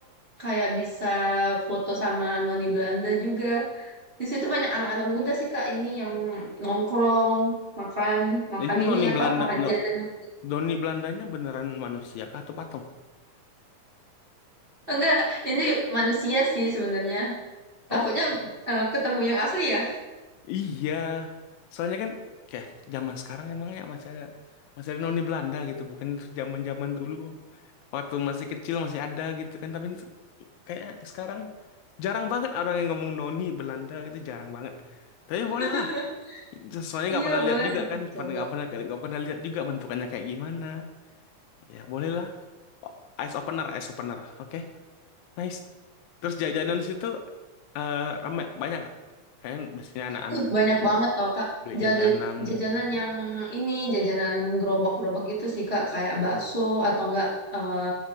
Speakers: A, on the right; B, on the left.
A: kayak bisa foto sama noni Belanda juga. Di situ banyak anak-anak muda sih Kak ini yang nongkrong, makan makan
B: Itu
A: ini
B: noni
A: apa?
B: Belanda,
A: Makan
B: no,
A: jajanan.
B: noni Belandanya beneran manusia kah atau patung?
A: Enggak, ini manusia sih sebenarnya. Takutnya
B: Oh,
A: eh, ketemu yang asli ya.
B: iya. Soalnya kan kayak zaman sekarang emangnya masih ada masih ada noni Belanda gitu, bukan itu zaman-zaman dulu. Waktu masih kecil masih ada gitu kan, tapi itu kayak sekarang jarang banget orang yang ngomong noni Belanda gitu, jarang banget. Tapi
A: <laughs>
B: bolehlah Soalnya nggak
A: Iya,
B: pernah
A: boleh
B: lihat juga
A: nanti
B: kan,
A: dicoba.
B: pernah nggak pernah nggak pernah lihat juga bentukannya kayak gimana. Ya bolehlah. Oh, Ice opener, ice opener. Oke, nice. Terus jajanan di situ eh ramai banyak gak? Kayaknya biasanya anak-anak
A: Wih, banyak banget tau, Kak.
B: beli
A: Jada,
B: jajanan.
A: jajanan yang ini, jajanan gerobak-gerobak gitu sih, Kak. Kayak bakso atau enggak eh,